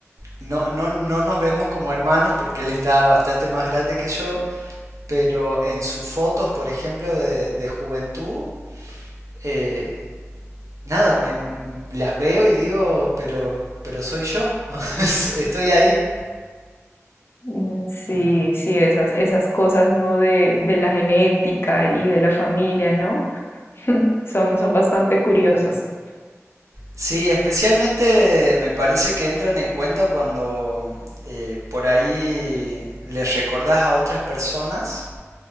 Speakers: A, on the right; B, on the left.
A: no, no, no nos vemos como hermanos porque él está bastante más grande que yo. pero en sus fotos, por ejemplo, de, de juventud, eh, nada, me, las veo y digo, pero, pero soy yo, <laughs> estoy ahí.
B: Mm, Sí, sí, esas, esas cosas, ¿no? De, de la genética y de la familia, ¿no? <laughs> Son, son bastante curiosas.
A: Sí, especialmente me parece que entran en cuenta cuando eh, por ahí les recordás a otras personas,